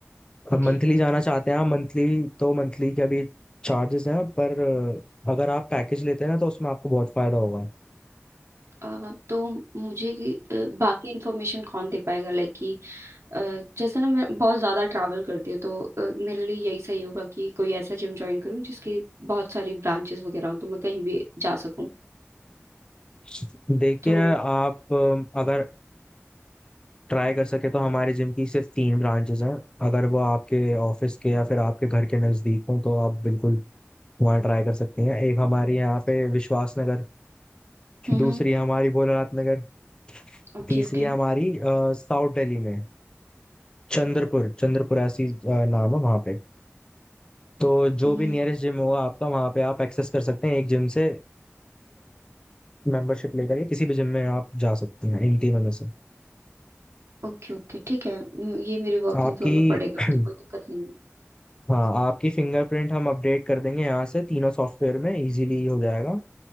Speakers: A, on the left (about 20°); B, on the right (about 80°).
A: अब
B: ओके
A: मंथली जाना चाहते हैं आप मंथली तो मंथली के अभी चार्जेस हैं पर अ, अगर आप पैकेज लेते हैं ना तो उसमें आपको बहुत फायदा होगा
B: अ, तो मुझे कि- अ, बाकी इन्फॉर्मेशन कौन दे पाएगा लाइक कि अ, जैसे ना मैं बहुत ज़्यादा ट्रैवल करती हूँ तो अ, मेरे लिए यही सही होगा कि कोई ऐसा जिम ज्वाइन करूँ जिसकी बहुत सारी ब्रांचेस वगैरह हो तो मैं कहीं भी जा सकूँ
A: <clears throat> देखिए
B: तो
A: आप अ, अगर ट्राई कर सके तो हमारे जिम की सिर्फ तीन ब्रांचेस हैं अगर वो आपके ऑफिस के या फिर आपके घर के नजदीक हो तो आप बिल्कुल वहाँ ट्राई कर सकती हैं एक हमारी यहाँ पे विश्वास नगर
B: हम्म
A: दूसरी है हमारी भोलानाथ नगर
B: ओके
A: तीसरी
B: ओके
A: है हमारी अ, साउथ दिल्ली में चंद्रपुर चंद्रपुर ऐसी अ, नाम है वहां पे तो जो
B: हम्म,
A: भी नियरेस्ट जिम होगा आपका वहां पे आप एक्सेस कर सकते हैं एक जिम से मेंबरशिप लेकर के किसी भी जिम में आप जा सकते हैं इन तीनों में से
B: ओके ओके ठीक है हम्म, ये मेरे वर्किंग
A: आपकी
B: जोन में पड़ेगा
A: <clears throat>
B: तो कोई दिक्कत नहीं है
A: हाँ आपकी फिंगरप्रिंट हम अपडेट कर देंगे यहाँ से तीनों सॉफ्टवेयर में इजीली हो जाएगा